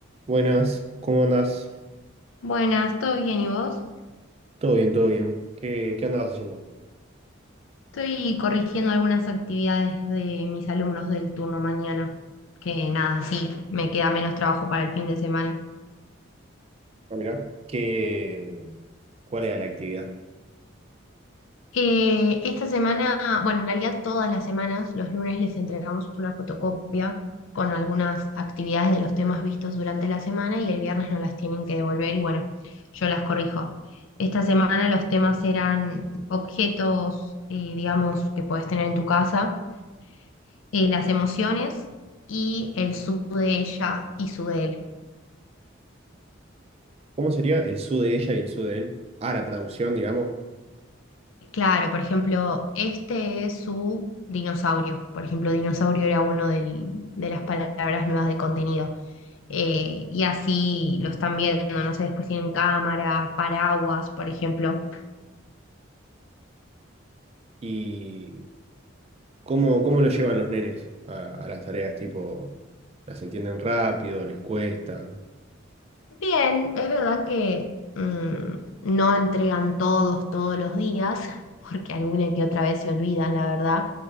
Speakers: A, on the right (about 30°); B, on the left (about 75°).
A: Buenas, ¿cómo andás?
B: Buenas, ¿todo bien y vos?
A: Todo bien, todo bien. ¿Qué, qué andabas haciendo?
B: Estoy corrigiendo algunas actividades de mis alumnos del turno mañana, que nada, sí, me queda menos trabajo para el fin de semana.
A: Ah, mirá. ¿Qué, cuál era la actividad?
B: Eh, esta semana, bueno, en realidad todas las semanas, los lunes les entregamos una fotocopia con algunas actividades de los temas vistos durante la semana y el viernes nos las tienen que devolver y bueno, yo las corrijo. Esta semana los temas eran objetos, eh, digamos, que podés tener en tu casa eh, las emociones y el su de ella y su de él.
A: ¿Cómo sería el su de ella y el su de él? Ah, la traducción, digamos.
B: Claro, por ejemplo, este es su dinosaurio. Por ejemplo, dinosaurio era uno del- de las palabras nuevas de contenido. Eh, y así lo están viendo, no sé, después tienen cámara, paraguas, por ejemplo.
A: ¿Y cómo, cómo lo llevan los nenes a, a las tareas? Tipo, ¿las entienden rápido? ¿Les cuesta?
B: Bien, es verdad que mm, no entregan todos todos los días, <laughs> porque alguna que otra vez se olvidan, la verdad,